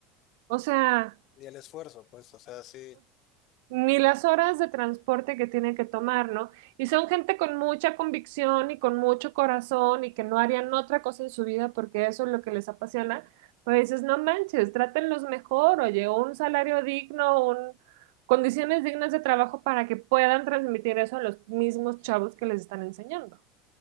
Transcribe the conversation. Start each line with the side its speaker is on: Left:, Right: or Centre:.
Right: O sea,
Left: Ni el esfuerzo, pues, o sea, sí.
Right: ni las horas de transporte que tienen que tomar, ¿no? Y son gente con mucha convicción y con mucho corazón y que no harían otra cosa en su vida porque eso es lo que les apasiona, pues dices, no manches, trátenlos mejor, oye, un salario digno, un... condiciones dignas de trabajo para que puedan transmitir eso a los mismos chavos que les están enseñando.